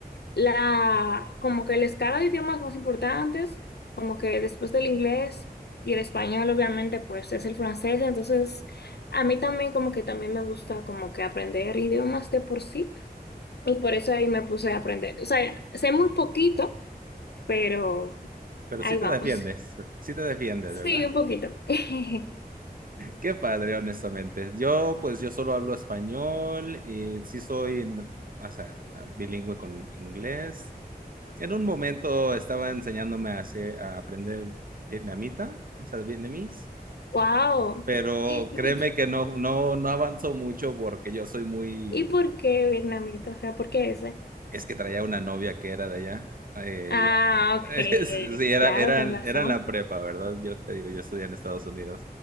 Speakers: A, on the left (about 85°); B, on the right (about 60°).
A: la, como que la escala de idiomas más importantes, como que después del inglés y el español, obviamente, pues es el francés. Entonces, a mí también como que también me gusta como que aprender idiomas de por sí. Y por eso ahí me puse a aprender. O sea, sé muy poquito, pero
B: Pero
A: ahí
B: sí te
A: vamos.
B: defiendes,
A: <laughs>
B: sí te defiendes,
A: Sí,
B: ¿verdad?
A: un poquito. <laughs>
B: Qué padre, honestamente. Yo, pues, yo solo hablo español y sí soy, o sea, bilingüe con inglés. En un momento estaba enseñándome a, hacer- a aprender vietnamita, o sea, vietnamís,
A: Wow.
B: pero
A: ¿Y,
B: créeme que no, no, no avanzó mucho porque yo soy muy,
A: y por qué vietnamita? O sea, ¿por qué ese?
B: es que traía una novia que era de allá eh,
A: Ah,
B: <laughs>
A: ok.
B: Sí, era,
A: Claro,
B: eran,
A: con razón.
B: eran la prepa, ¿verdad? Yo te digo, yo estudié en Estados Unidos